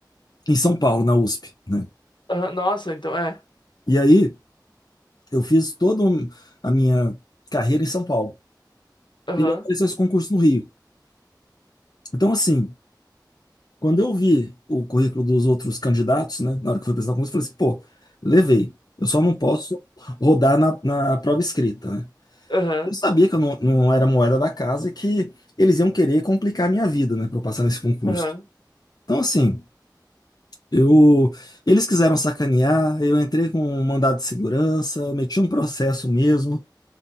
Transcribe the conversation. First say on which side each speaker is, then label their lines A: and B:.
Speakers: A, on the left; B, on the left.
A: em São Paulo, na USP, né?
B: Aham, Nossa, então é.
A: E aí eu fiz toda um- a minha carreira em São Paulo.
B: Aham.
A: E aí apareceu esse concurso no Rio. Então, assim, quando eu vi o currículo dos outros candidatos, né? Na hora que eu fui apresentar o concurso, eu falei assim, pô, levei. Eu só não posso rodar na, na prova escrita, né?
B: Aham.
A: Eu sabia que eu não, não era moeda da casa e que eles iam querer complicar a minha vida, né, para eu passar nesse concurso.
B: Aham.
A: Então, assim, eu, eles quiseram sacanear, eu entrei com um mandado de segurança, eu meti um processo mesmo,